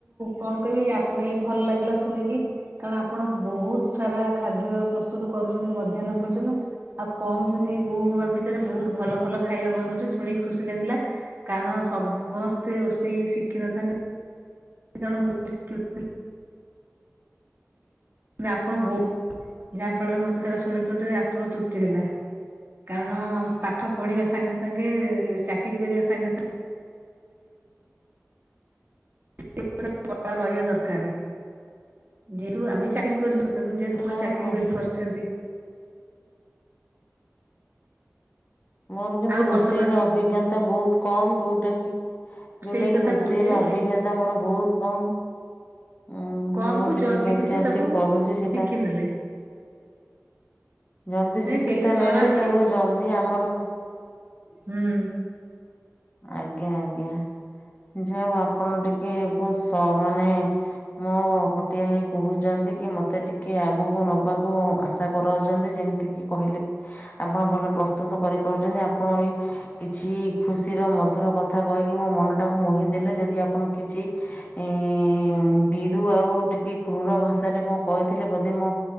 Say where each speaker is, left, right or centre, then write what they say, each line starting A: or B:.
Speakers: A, on the right; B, on the left.
A: କଣ କହିବି ଆପଣ ଏଇ ଭଲ ଲାଗିଲା ଶୁଣିକି। କାରଣ ଆପଣ ବୋହୁତ ସାରା ଖାଦ୍ୟ ପ୍ରସ୍ତୁତ କରୁଚନ୍ତି ମଧ୍ୟାନ ଭୋଜନ। ଆଉ କମ ଦିନି ବୋହୁ ହବା ଭିତରେ ବୋହୁତ ଭଲ ଭଲ ଖାଇବା ବନୋଉଚନ୍ତି ଶୁଣିକି ଖୁସି ଲାଗିଲା। କାରଣ ସମସ୍ତେ ରୋଷେଇ ଶିଖିନଥାନ୍ତି। କାରଣ <unintelligible> ଆପଣ ବୋ ଯାହା ଫଳରେ ମତେ ସେଟା ଶୁଣିକି ଗୋଟେ ଆତ୍ମ ତୃପ୍ତି ହେଲା କାରଣ ପାଠ ପଢିବା ସାଙ୍ଗେ ସାଙ୍ଗେ ଚାକିରି କରିବା ସାଙ୍ଗେ ସା <inaudible> କଳା ରହିବା ଦରକାରେ ଯେହେତୁ ଆମେ ଚାକିରୀ କରିନୁ। ତେଣୁ ଯେହେତୁ ଆପଣ
B: ମୋର
A: ଚାକିରି ବାକରି କରିଚନ୍ତି।
B: ମୋର କିନ୍ତୁ
A: ଆଉ
B: ରୋଷେଇର
A: ବର୍ତ୍ତମାନ
B: ଅଭିଜ୍ଞତା ବୋହୁତ କମ ଯୋଉଟା କି ଯୋଉଟା
A: ସେଇ
B: କିି
A: କଥା
B: ରୋଷେଇର
A: କହୁଛେ
B: ଅଭିଜ୍ଞତା ମୋର ବୋହୁତ କମ୍। ଉଁ
A: କମ
B: ହୁଁ ମୁଁ
A: କୁ
B: ଟିକେ
A: ଜଲଦି
B: କେମତି
A: କିନ୍ତୁ
B: ଆସି
A: ତାକୁ
B: କରୁଚି ସେଇଟା।
A: ଶିଖିନେଲେ
B: ଜଲଦି
A: ନାଇଁ
B: ଶିକ୍ଷିତ
A: ସେଇଟା
B: ନେଲେ
A: ଜଣା ପଡିବ
B: ତାପରେ ଜଲଦି ଆମର
A: ହୁଁ।
B: ଆଜ୍ଞା ଆଜ୍ଞା ଯାଉ ଆପଣ ଟିକେ ବୋହୁତ ସ ମାନେ ମୋ ପଟିଆ ହେଇ କହୁଚନ୍ତି କି ମତେ ଟିକେ ଆଗକୁ ନବାକୁ ଆଶା କରାଉଚନ୍ତି ଯେମିତିକି କହିଲେ ଆପଣ ଭଲ ପ୍ରସ୍ତୁତ କରିପାରୁଚନ୍ତି ଆପଣ ଏଇ କିଛି ଖୁସି ଖୁସିର ମଧୁର କଥା କହିକି ମୋ ମନଟାକୁ ମୋହି ଦେଲେ ଯଦି ଆପଣ କିଛି ଇ ବିରୁ ଆଉ ଟିକେ କ୍ରୁର ଭାଷାରେ କଣ କହିଥିଲେ ବୋଧେ ମୋ